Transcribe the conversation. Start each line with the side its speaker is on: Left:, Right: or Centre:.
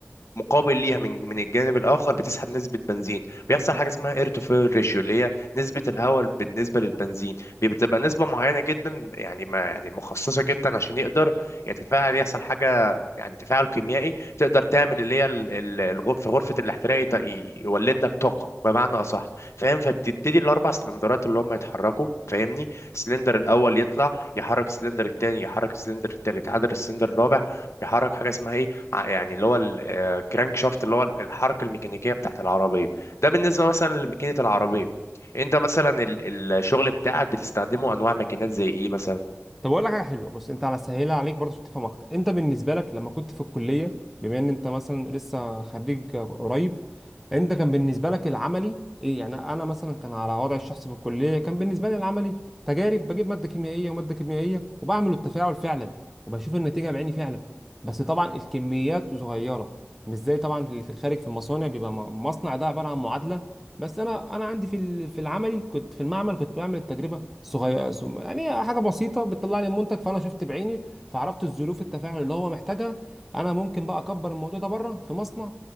Left: مقابل ليها من من الجانب الاخر بتسحب نسبه بنزين بيحصل حاجه اسمها اير تو فويل ريشيو اللي هي نسبه الهواء بالنسبه للبنزين بي- بتبقى نسبه معينه جدا يعني ما يعني مخصصه جدا عشان يقدر يتفاعل يحصل حاجه يعني تفاعل كيميائي تقدر تعمل اللي هي ال- ال- الغرف في غرفه الاحتراق يط- يولد لك طاقه بمعنى اصح فاهم فبتبتدي الاربع سلندرات اللي هم يتحركوا فاهمني السلندر الاول يطلع يحرك السلندر الثاني يحرك السلندر الثالث عدد السلندر الرابع بيحرك حاجه اسمها ايه ع- يعني اللي هو الكرانك شافت اللي هو الحركه الميكانيكيه بتاعت العربيه ده بالنسبه مثلا لماكينه العربيه انت مثلا ال- الشغل بتاعك بتستخدمه انواع ماكينات زي ايه مثلا
Centre: طب اقول لك حاجه حلوه بص انت على سهيلها عليك برضه عشان تفهم اكتر انت بالنسبه لك لما كنت في الكليه بما ان انت مثلا لسه خريج قريب انت كان بالنسبه لك العملي ايه يعني انا مثلا كان على وضع الشخص في الكليه كان بالنسبه لي العملي تجارب بجيب ماده كيميائيه وماده كيميائيه وبعمل التفاعل فعلا وبشوف النتيجه بعيني فعلا بس طبعا الكميات صغيره مش زي طبعا اللي في الخارج في المصانع بيبقى م- مصنع ده عباره عن معادله بس انا انا عندي في ال- في العملي كنت في المعمل كنت بعمل التجربه صغير سم- يعني حاجه بسيطه بتطلع لي المنتج فانا شفت بعيني فعرفت الظروف التفاعل اللي هو محتاجها انا ممكن بقى اكبر الموضوع ده بره في مصنع